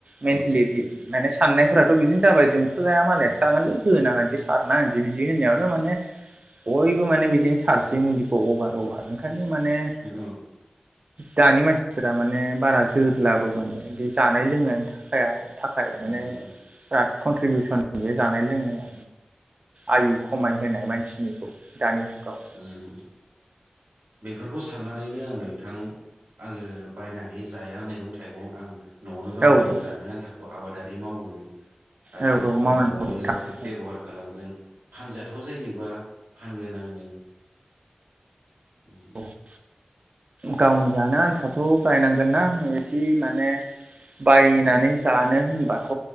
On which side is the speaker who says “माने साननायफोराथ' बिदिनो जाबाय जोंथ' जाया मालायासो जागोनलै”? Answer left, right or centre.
Right